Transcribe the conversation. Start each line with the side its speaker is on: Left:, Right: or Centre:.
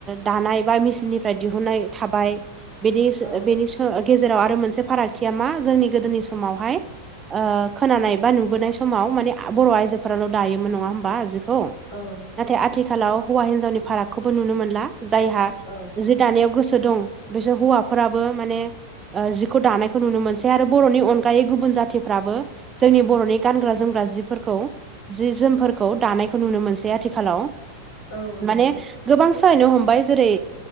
Right: दानाय बा मेसिननिफ्राय दिहुननाय थाबाय। बेनि स
Left: औ
Right: बेनि स गेजेराव आरो मोनसे फारागथिया मा जोंनि गोदोनि समावहाय ओ खोनानाय बा नुबोनाय समाव माने बर' आइजोफोराल' दायोमोन नङा होमबा जिखौ?
Left: औ।
Right: नाथाय आथिखालाव हौवा हिनजावनि फारागखौबो नुनो मोनला जायहा
Left: औ
Right: जि दानायाव गोसो दं बिसोर हौवाफोराबो माने ओ जिखौ दानायखौ नुनो मोनसै आरो। बर'नि अनगायै गुबुन जाथिफ्राबो जोंनि बर'नि गानग्रा जोमग्रा जिफोरखौ जि जोमफोरखौ दानायखौ नुनो मोनसै आथिखालाव।
Left: औ नंगौ
Right: माने गोबां सोलायनो हमबाय जेरै